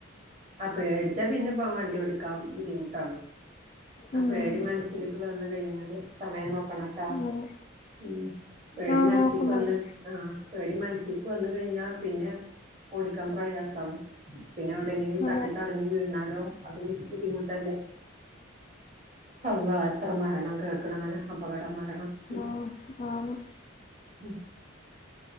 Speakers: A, on the right; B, on the left.
A: ആഹ് പേടിച്ചാ പിന്നെ വണ്ടി ഓടിക്കാൻ ബുദ്ധിമുട്ടാണ് ആ
B: ഉം
A: പേടി മനസ്സിലേക്ക് വന്ന് കഴിഞ്ഞാല് സമയം നോക്കണംട്ടാ
B: അതെ
A: ഉം പേടി
B: ആഹ്
A: മനസക്ക്
B: നോക്കുന്നുണ്ട്
A: വന്ന് ആഹ് പേടി മനസ്സക്ക് വന്ന് കഴിഞ്ഞാൽ പിന്നെ ഓടിക്കാൻ പ്രയാസണ് പിന്നെ എവിടെയങ്കിലും തട്ടി
B: അതെ
A: തടഞ്ഞ് വീണാലോ അതും ബുദ്ധിമുട്ടല്ലേ അള്ള എത്ര മരണം കേൾക്കണം അങ്ങനെ അപകടം മരണം ഉം
B: ആഹ് ആണ്
A: ഉം